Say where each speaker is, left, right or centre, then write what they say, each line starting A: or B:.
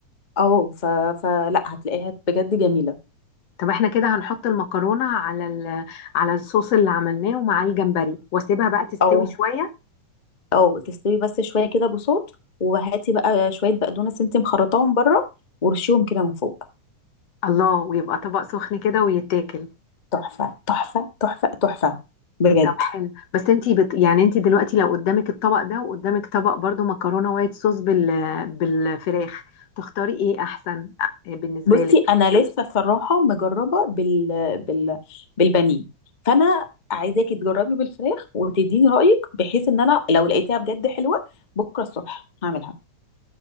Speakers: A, on the left; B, on the left.
A: او ف... فلا هتلاقيها بجد جميله
B: طب احنا كده هنحط المكرونة على ال... على الصوص اللي عملناه ومعاه الجمبري واسيبها بقى تستوي
A: او
B: شوية
A: او تستوي بس شويه كده بصوت وهاتي بقى شويه بقدونس انت مخرطاهم بره ورشيهم كده من فوق
B: الله ويبقى طبق سخن كده ويتاكل
A: تحفه تحفه تحفه تحفه بجد
B: طب حلو بس انتي بت... يعني انتي دلوقتي لو قدامك الطبق ده وقدامك طبق برضو مكرونة وايت صوص بال... بالفراخ تختاري ايه احسن بالنسبة
A: بصي
B: لك
A: انا لسه صراحه مجربه بال... بال... بالبانيه فانا عايزاكي تجربي بالفراخ وتديني رايك بحيث ان انا لو لقيتها بجد حلوه بكره الصبح هعملها